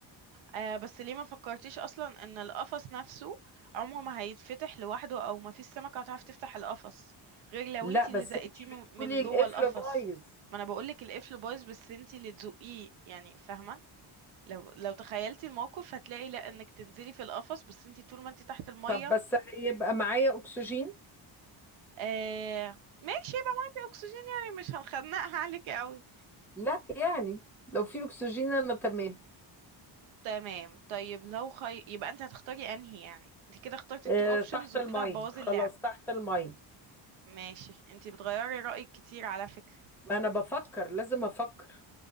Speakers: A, on the right (about 80°); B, in the centre.
A: آه بس ليه ما فكرتيش اصلا ان القفص نفسه عمره ما هيتفتح لوحده او ما فيش سمكة هتعرف تفتح القفص غير لو
B: لا
A: انتي
B: بس
A: اللي زقتيه
B: انت
A: من
B: بتقولي
A: من جوه
B: القفل
A: القفص
B: بايظ
A: ما انا بقولك القفل بايظ بس انتي اللي تزقيه يعني فاهمة لو لو تخيلتي الموقف هتلاقي لا انك تنزلي في القفص بس انتي طول ما انتي تحت المية
B: طب بس هيبقى معايا اكسجين
A: آه ماشي يبقى معاكي اكسجين يعني مش هنخنقها عليك قوي
B: لا يعني لو في اكسجين انا تمام
A: تمام طيب لو خي... يبقى انت هتختاري انهي يعني انت كده اخترتي
B: آه
A: التو اوبشنز
B: تحت
A: وكده
B: المية
A: هتبوظي
B: خلاص
A: اللعبة
B: تحت المية
A: ماشي انت بتغيري رأيك كتير على فكرة
B: ما انا بفكر لازم افكر